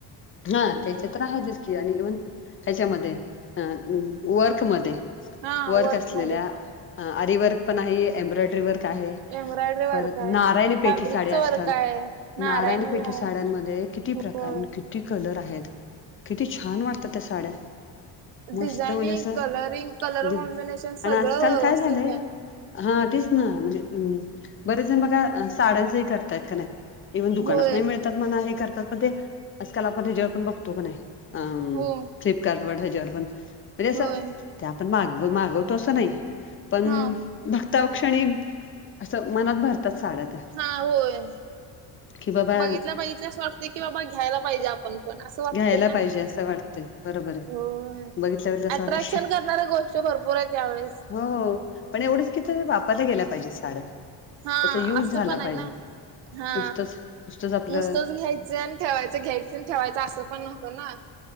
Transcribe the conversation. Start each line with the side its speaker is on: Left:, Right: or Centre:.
Left: हा तेचे तर आहेतच की आणि इवन ह्याच्यामध्ये ह वर्कमध्ये
Right: हा
Left: वर्क असलेल्या.
Right: मध्ये
Left: आरीवर्क पण आहे, एम्ब्रॉयडरी वर्क आहे.
Right: एम्ब्रॉयडरी वर्क
Left: परत
Right: आहे
Left: नारायणी पेठी
Right: फॅब्रिकच
Left: साड्या
Right: वर्क
Left: आजकाल.
Right: आहे
Left: नारायणी पेठी
Right: आहे
Left: साड्यांमध्ये कि किती
Right: होय
Left: प्रकार आणि किती कलर आहेत. किती छान वाटतात त्या साड्या. मस्त
Right: डिझायनिंग
Left: म्हणजे असं
Right: कलरिंग कलर
Left: दिन
Right: कॉम्बिनेशन
Left: आणि
Right: सगळं
Left: आजकाल
Right: व्यवस्थित
Left: काय झालंय
Right: आहे.
Left: हा तेच ना म्हणजे बरेच जण बघा साड्यांचही करतायत का नाही? इव्हन दुकानात
Right: होय
Left: नाही मिळतात म्हणा हे करतात, पण ते आजकाल आपण ह्याच्यावर पण बघतो का नाही. अं
Right: हो
Left: फ्लिपकार्ट वर हेज्यावर पण म्हणजे असं
Right: होय
Left: ते आपण मागव मागवतो असं नाही, पण
Right: हा
Left: बघता क्षणी असं मनात भरतात साड्या त्या.
Right: हा होय.
Left: कि बाबा
Right: बघितल्या, बघितल्या असं वाटते की बाबा घ्यायला पाहिजे आपण. पण असं वाटतंय
Left: घ्यायला
Right: ना.
Left: पाहिजे असं वाटतंय बरोबर आहे.
Right: होय
Left: बघितल्या बघितल्या असं
Right: अट्रॅक्शन
Left: वाटतं की
Right: करणार गो भरपूर आहेत यावेळेस.
Left: हो पण एवढंच की ते वापरल्या गेल्या पाहिजेत साड्या.
Right: हा
Left: त्याचा युज
Right: असं
Left: झाला
Right: पण आहे
Left: पाहिजे
Right: नाही. हा
Left: नुसतंच नुसतंच आपलं
Right: नुसतच घ्याय चे आणि ठेवायचं, घ्यायचं आणि ठेवायचं असं पण होतं ना.